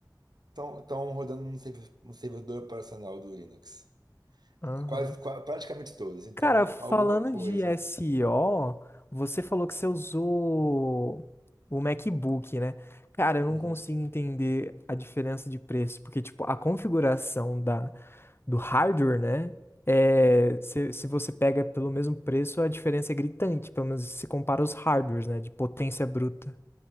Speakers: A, on the right; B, on the left.
A: estão rodando no serv- no servidor operacional do Linux.
B: Aham.
A: É Quase, qua- praticamente todos. Então,
B: Cara, falando
A: alguma coisa,
B: de
A: né?
B: SEO, você falou que você usou o MacBook, né? Cara, eu não
A: Uhum.
B: consigo entender a diferença de preço, porque, tipo, a configuração da, do hardware, né? É, se, se você pega pelo mesmo preço, a diferença é gritante, pelo menos se compara os hardwares, né? De potência bruta.